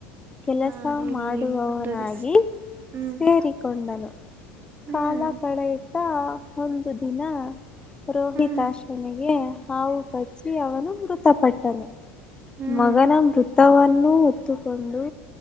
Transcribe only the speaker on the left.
ಕೆಲಸ
ಮಾಡುವವನಾಗಿ
ಸೇರಿಕೊಂಡನು.
ಕಾಲ ಕಳೆಯಿತ ತಾ ಒಂದು ದಿನ ರೋಹಿತಾಶ್ವನಿಗೆ.
ಹಾವು ಕಚ್ಚಿ ಅವನು ಮೃತಪಟ್ಟನು
ಮಗನ ಮೃತವನ್ನು. ನ್ನು ಹೊತ್ತುಕೊಂಡು